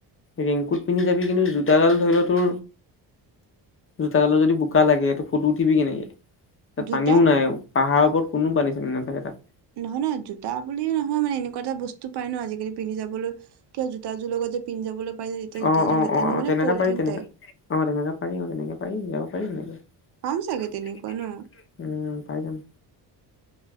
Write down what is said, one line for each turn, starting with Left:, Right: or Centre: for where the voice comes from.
Left: ৰেংকুট পিন্ধি যাবি কিন্তু জোতাডাল ধৰি ল তোৰ জোতাডালত যদি বোকা লাগে এটো ফটো উঠিবি কেনে কে তাত
Right: জোতাত
Left: পানীও নাই পাহাৰৰ ওপৰত কোনো পানী চানী নাথাকে তাত
Right: নহয় নহয় জোতা বুলিও নহয় মানে এনেকুৱা এটা বস্তু পাই ন আজিকালি পিন্ধি যাবলৈ কিয় জোতাযোৰ লগত যে পিন্ধি যাবলে পাই যেতিয়া জোতা
Left: অ',
Right: যোৰ
Left: অ',
Right: লেতেৰা
Left: অ',
Right: নহয়
Left: অ',
Right: মানে
Left: তেনেকা
Right: পলিথিন
Left: পাৰি তেনেকা
Right: টাইপ
Left: অ', তেনেকা পাৰি অ তেনেকে পাৰি যাব পাৰি সেনেকে
Right: পাম চাগে তেনেকুৱা ন
Left: উম পাই যাম